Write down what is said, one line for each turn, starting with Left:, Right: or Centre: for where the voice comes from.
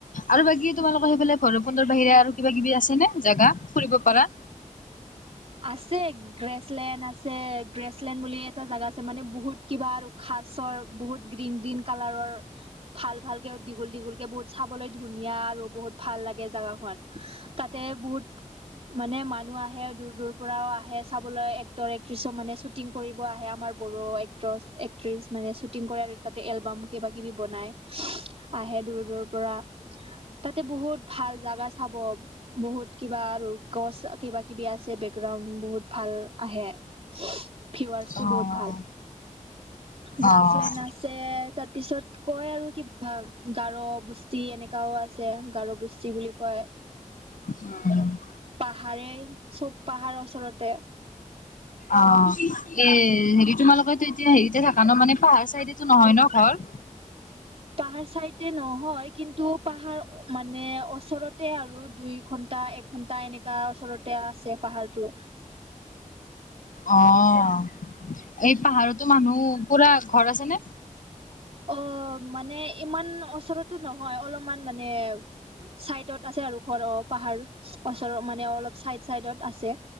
Left: আৰু বাকী তোমালোকৰ সেইফালে ভৈৰৱকুণ্ড বাহিৰে আৰু কিবা কিবি আছে নে জাগা? ফুৰিব পাৰা?
Right: <inaudible> আছে গ্ৰেচলেণ্ড আছে গ্ৰেচলেণ্ড বুলি এটা জোগা আছে মানে বহুত কিবা আৰু খা মাছৰ বহুত গ্ৰীণ-গ্ৰীণ কালাৰৰ ভাল-ভাল কে দীঘল-দীঘল কে বহুত চাবলৈ ধুনীয়া আৰু বহুত ভাল লাগে জাগাখন তাত, তে বহুত মানে মানুহ আহে দূৰ-দূৰ পৰাও আহে চাবলৈ এক্টৰ এক্ট্ৰেছ মানে শ্বুটিং কৰিব আহে আমাৰ বডো এক্ট্ৰৰ এক্ট্ৰিছ। মানে চুটিং কৰে আৰু তাতে এলবাম কিবা কিবি বনাই আহে দূৰ-দূৰৰ পৰা। তাতে বহুত ভাল জাগা চাব বহুত কিবা আৰু গছ কিবা কিবি আছে গ্ৰাউণ্ড বহুত ভাল আহে ভিউৰ্চটো
Left: অ',
Right: বহুত ভাল। গ্ৰাচলেণ্ড
Left: অ'।
Right: আছে তাৰপিছত কয় আৰু কিবা গাৰো বস্তি এনেকাও আছে গাৰো বস্তি বুলি কয়
Left: উম
Right: পাহাৰে চব পাহাৰৰ ওচৰতে
Left: অ এ হেৰি তোমালোকে টো এতিয়া হেৰিতে থকা ন মানে পাহাৰ চাইডো নহয় ন ঘৰ
Right: পাহাৰ চাইড নহয় কিন্তু পাহাৰ মানে ওচৰতে আৰু দুই ঘন্টা এঘন্টা এনেকে গাওঁ ওচৰতে আছে পাহাৰটো
Left: অ এই পাহাৰতো মানুহ পুৰা ঘৰ আছে নে
Right: অ মানে ইমান ওচৰতো নহয় অলপমান মানে চাইডত আছে আৰু ঘৰ অ পাহাৰ ওচৰৰ মানে অলপ চাইড চাইডত আছে